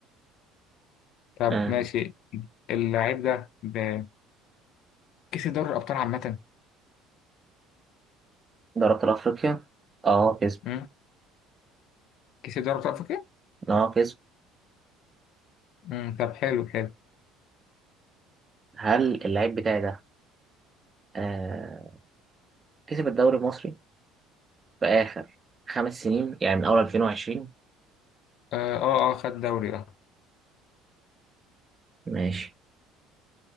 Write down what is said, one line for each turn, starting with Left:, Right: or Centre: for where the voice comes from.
Left: طب
Right: آه،
Left: ماشي اللاعب ده ب... كسب دوري الابطال عامة
Right: دوري ابطال افريقيا اه كسب
Left: مم؟ كسب دوري ابطال افريقيا؟
Right: اه كسب
Left: مم، طب حلو حلو
Right: هل اللاعب بتاعي ده آه كسب الدوري المصري في آخر خمس سنين يعني من أول 2020
Left: اه اه آه، خد دوري اه
Right: ماشي